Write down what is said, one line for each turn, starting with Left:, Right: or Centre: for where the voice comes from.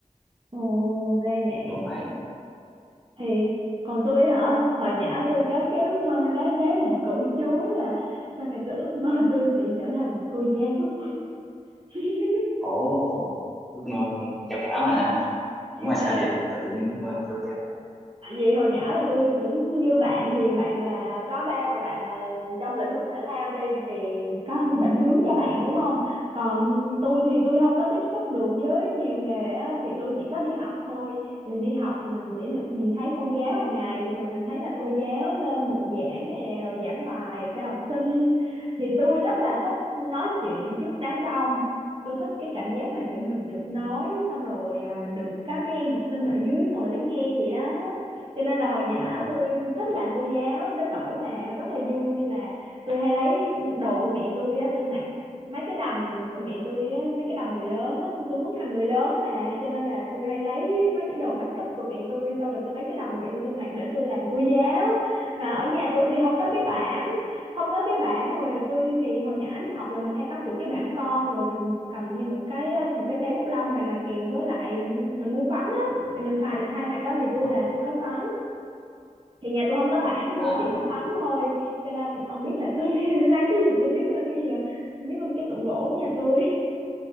Right: ồ, ra vậy.
Centre: còn bạn
Right: thì còn tôi hả hồi nhỏ tôi có cái ước mơ nó khá là cổ chúa là sau này tôi ước mơ tôi sẽ trở thành cô giáo <laughs>
Centre: ồ ước mơ nghe cao cả mà
Right: nhưng
Centre: đúng là
Right: Ờ,
Centre: sao vậy
Right: mà
Centre: sao tự nhiên ước mơ thành cô giáo
Right: Tại vì hồi nhỏ là tôi cũng như bạn thì bạn là có ba của bạn là trong lĩnh vực thể thao đi thì có định hướng cho bạn đúng không? Còn tôi thì tôi không có tiếp xúc được với nhiều nghề á thì tôi chỉ có đi học thôi. Thì đi học thì mình sẽ được nhìn thấy cô giáo hàng ngày thì mình thấy là cô giáo lên bục giảng nè rồi giảng bài cho học sinh. Thì tôi rất là thích nói chuyện trước đám đông. Tôi thích cái cảm giác mà kiểu mình được nói xong rồi à, được các mấy em học sinh ở dưới ngồi lắng nghe vậy đó cho nên là hồi nhỏ
Centre: Ồ,
Right: tôi thích làm cô giáo đến nỗi mà rất là vui là tôi hay lấy đồ của mẹ tôi á tôi mặc mấy cái đầm của mẹ tôi á mấy cái đầm người lớn á xong tôi muốn thành người lớn mà cho nên là tôi hay lấy mấy cái đồ make up của mẹ tôi xong rồi tôi lấy cái đầm của mẹ tôi tôi mặc để tôi làm cô giáo mà ở nhà tôi thì không có
Centre: ừ,
Right: cái bảng không có cái bảng rồi tôi thì hồi nhỏ đi học là mình hay có kiểu cái bảng con rồi mình cầm thêm một cái một cái cây bút lông hoặc là kèm với lại mình mua phấn á
Centre: ừ,
Right: thì mình xài được hai mặt đó thì tôi
Centre: đúng rồi
Right: là tôi có phấn thì nhà tôi không có bảng mà
Centre: à
Right: tôi chỉ
Centre: đúng
Right: có
Centre: rồi
Right: tấm thôi cho nên ông biết là tôi <laughs> lấy cái gì tôi biết lên cái gì không? tôi biết lên cái tủ gỗ nhà tôi